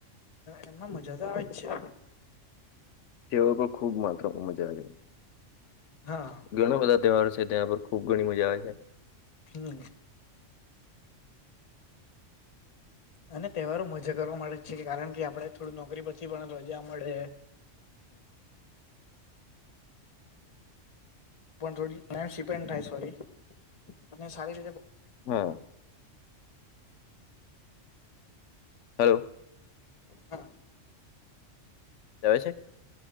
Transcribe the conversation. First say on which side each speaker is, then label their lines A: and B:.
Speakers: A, on the left (about 30°); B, on the left (about 75°).
A: એમાં મજા તો આવે છે.
B: તેઓ પણ ખુબ માત્રામાં મજા આવે.
A: હા
B: ઘણા બધા તહેવાર છે. ત્યાં પર ખુબ ઘણી મજા આવે છે.
A: હમ. અને તહેવારો મજા કરવા માટેે છે, કારણ કે આપડે થોડું નોકરી પછી પણ રજા મળે. પણ થોડી સિપેન્ડ થાય, સોરી, અને સારી રીતે.
B: હા. હલો.
A: હા.
B: જ છે.